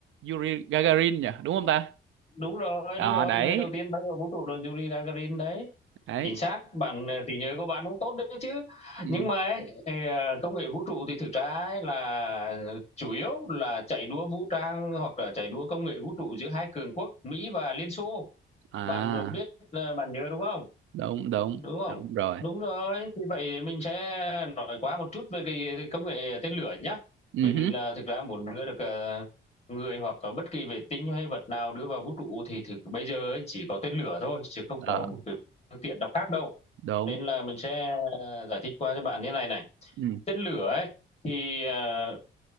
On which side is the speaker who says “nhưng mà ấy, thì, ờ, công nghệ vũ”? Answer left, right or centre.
Left